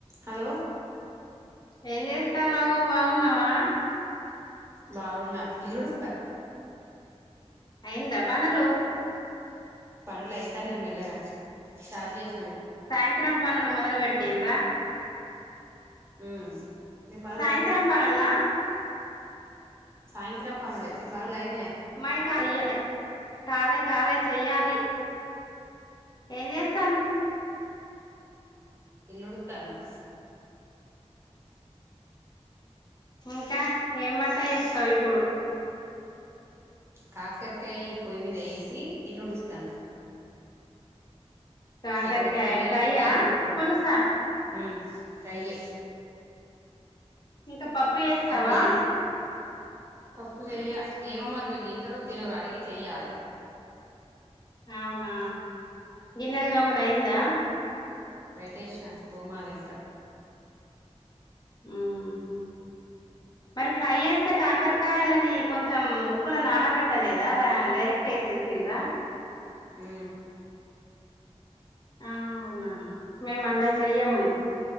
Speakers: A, on the right; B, on the left.
A: hello
B: ఏం చేస్తన్నావు బాగున్నావా
A: బావున్నా ఇల్లుడుస్తన్న
B: అయిందా పనులు
A: పనులు అయితా నాయి మెల్లగా తది ఎస్
B: సాయంత్రం పనులు మొదల పెట్టిండ్ర
A: ఉమ్ మీ పనులైనయా
B: సాయంత్రం పనులా
A: సాయంత్రం పనులే మీ పనులు అయి
B: మై కాడ ఇయ్యలే కాలే కాలే చెయాలి ఎన్ చేస్
A: ఇల్లు ఉడుతనా
B: ఇంకా ఏం వంట చేస్తావు ఇప్పుడు
A: కాకరకాయ పొయ్యి మీద యేసి ఇల్లుడుస్తన్న
B: కాకరకాయ
A: అయ్యో కొయ్యనికే
B: ఫ్రైయా
A: టైం పట్టింది
B: పులుసా
A: ఉమ్ ఫ్రైయే
B: ఇంకా పప్పు చేస్తావా
A: అయి కొయ్య పప్పు చెయ్య ఏమో మరి వీళ్ళు తింటరో తినరు అడిగి చెయ్యాలి
B: అవునా గిన్నెల్ తోముడు అయిందా
A: బయటేసిన తోమాల ఇంక
B: ఉ హు మరి ఫ్రై చేస్తే కాకరకాయలని కొంచెం ఉప్పులో నానబెట్టలేదా డైరెక్ట్ వేసేసిండ్రు
A: ఉ
B: అ అవునా మేము అంతా చెయ్యము